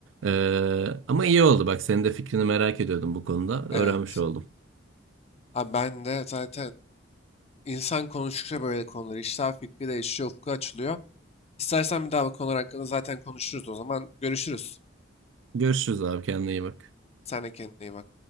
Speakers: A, on the right (about 70°); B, on the left (about 35°).
A: Ee, ama iyi oldu bak senin de fikrini merak ediyordum bu konuda. Öğrenmiş
B: evet.
A: oldum.
B: Abi ben de zaten insan konuştukça böyle konuları, işler fikri değişiyor, ufku açılıyor. İstersen bir daha bu konular hakkında zaten konuşuruz o zaman. Görüşürüz.
A: Görüşürüz abi kendine iyi bak.
B: Sen de kendine iyi bak.